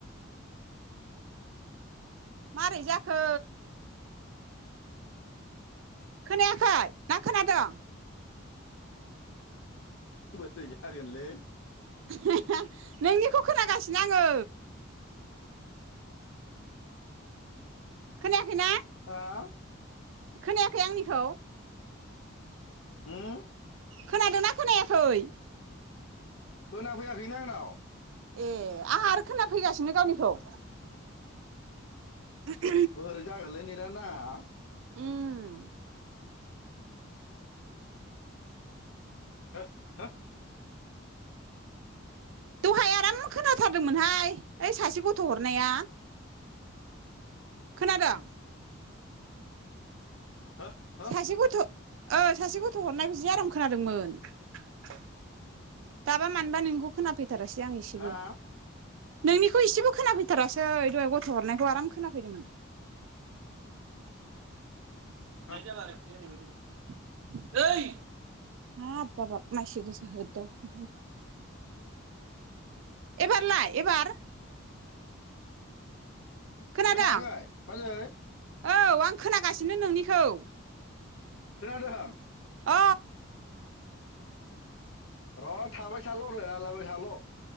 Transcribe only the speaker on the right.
मारै जाखो? खोनायाखै ना खोनादों?
<unintelligible> नोंनिखौ खोनागासिनो आङो। खोनायाखैना?
खोनायाखै आंनिखौ।
खोनादोंना खोनायाखै?
ए आंहा आरो खोना फैगासिनो गावनिखौ। <unintelligible>
उम।
दहाय आ आराम खोनाथारदोंमोनहाय। ओइ सासे गथ' हरनाया। खोनादों?
सासे गथ' ओ सासे गथ' हरनायखौ जि आराम खोनादोंमोन <inaudible> दाबा मानोबा नोंखौ खोनाफै थारासै आं एसेबो।
नोंनिखौ एसेबो खोनाफैथारासै दहाय गथ' हरनायखौ आराम खोनाफैदोंमोन।
बेनो जाबाय <unintelligible> <inaudible> हाप बाब बाब। मानसि गोसा होबदावखो एबार लाय एबार खोनादों
औ आं खोनागासिनो नोंनिखौ
अ